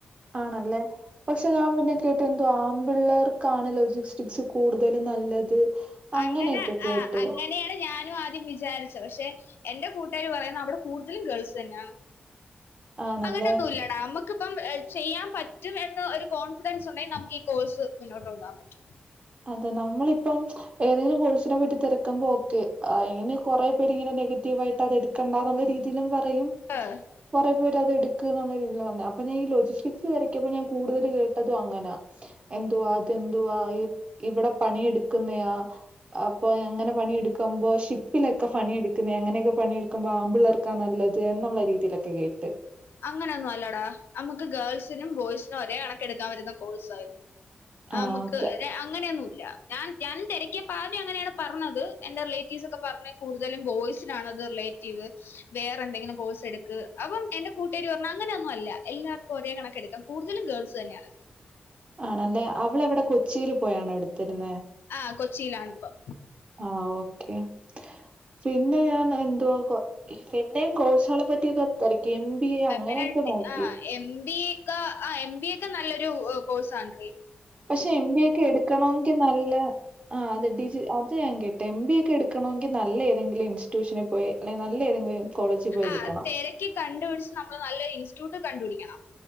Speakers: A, on the right; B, on the left.
A: ആണല്ലേ പക്ഷെ ഞാൻ പിന്നെ കേട്ടെ എന്തോ ആമ്പിള്ളേർക്കാണ് ലോജിസ്റ്റിക്സ് കൂടുതലും നല്ലത് അങ്ങനെയൊക്കെ
B: അങ്ങനെ
A: കേട്ട്.
B: ആ അങ്ങനെയാണ് ഞാനും ആദ്യം വിചാരിച്ച പക്ഷെ എന്റെ കൂട്ടുകാർ പറയുന്ന അവിടെ കൂടുതലും ഗേൾസ് തന്നെയാണ്.
A: ആണല്ലേ?
B: അങ്ങനൊന്നുല്ലടാ നമുക്കിപ്പം ചെയ്യാൻ പറ്റും എന്ന ഒരു കോൺഫിഡൻസ് ഉണ്ടെങ്കിൽ നമുക്ക് ഈ കോഴ്സ് മുന്നോട്ട് കൊണ്ടു പോകാൻ പറ്റും
A: അതെ നമ്മളിപ്പം ഏതെങ്കിലും കോഴസിനെ പറ്റി തെരക്കുമ്പോ ഓക്കെ ഇനി കൊറേ പേരിങ്ങനെ നെഗറ്റീവായിട്ടത് എടു <unintelligible> രീതിയില് ന്തു പറയും
B: ആഹ്
A: കുറേ പേരത്ടുക്ക്‌ന്നുള്ള രീതിയിലും വന്നേ അപ്പൊ ഞാ ഈ ലോജിസ്റ്റിക്സ് വരയ്ക്കുമ്പോ ഞാൻ കൂടുതല് കേട്ടതും അങ്ങനാ എന്തുവാ അതെന്തുവാ ഇ ഇവിടെ പണിയെടുക്കുന്നയാ അപ്പൊ എങ്ങനെ പണിയെടുക്കുമ്പോ ഷിപ്പിലൊക്കെ പണിയെടുക്കുന്നെ അങ്ങനെയൊക്കെ പണിയെടുക്ക ക്കുമ്പ ആമ്പിള്ളേർക്കാ നല്ലത് എന്നുള്ള രീതിയിലൊക്കെ കേട്ട്.
B: അങ്ങനൊന്നും അല്ലടാ നമുക്ക് ഗേൾസിനും ബോയ്സിനും ഒരേ കണക്കെടുക്കാൻ പറ്റുന്ന കോഴ്സാ ത്
A: ആ
B: നമുക്ക്
A: ഓക്കെ
B: അങ്ങനെയൊന്നുല്ല ഞാൻ ഞാനും തിരക്കിയപ്പോ ആദ്യം അങ്ങനെയാണ് പറഞ്ഞത്. എന്റെറിലറ്റീവ്സ് ഒക്കെ പറഞ് കൂടതലും ബോയ്സ് റിലേറ്റീവ് വേറെ എന്തെങ്കിലും കോഴ്സ് എടുക്ക് അപ്പം എൻ്റെ കൂട്ടേരി പറഞ്ഞു അങ്ങനൊന്നു അല്ലാ എല്ലാവർക്കും ഒരേ കണക്കെടുക്കാം കൂടുതലും ഗേൾസ് തന്നെയാ
A: ആണല്ലേ അവള് അവിടെ കൊച്ചിൽ പോയാണോ എടുത്തിരുന്ന
B: ആ കൊച്ചിയിലാണിപ്പം
A: ആഹ് ഓക്കെ പിന്നെ ഞാൻ എന്തുവാ പിന്നെയും കോഴ്സുകളെ പറ്റി തെ എം ബി എ അങ്ങനെയൊക്കെ
B: പിന്നെ
A: നോക്കി
B: ആ എം ബി എക്കെ ആ എം ബി എ ഒക്കെ നല്ലൊരു കോഴ്സാണടി
A: പക്ഷെ എം ബി ഒക്കെ എടുക്കണെങ്കിൽ നല്ല ആ അത് ഡിജി അത് ഞാൻ കേട്ടി എം ബി ഒക്കെ എടുക്കണെങ്കിൽ നല്ല ഏതെങ്കിലും ഇൻസ്റ്റ്യൂഷനിൽ പോയി അല്ലെ നല്ല ഏതെങ്കിലും കോളേജിൽ പോയി
B: ആ
A: എടുക്കണം
B: തിരക്കി കണ്ടുപിടിച്ച് നമ്മള് നല്ലൊരു ഇൻസ്റ്റിറ്റ്യൂട്ട് കണ്ടുപിടിക്കണം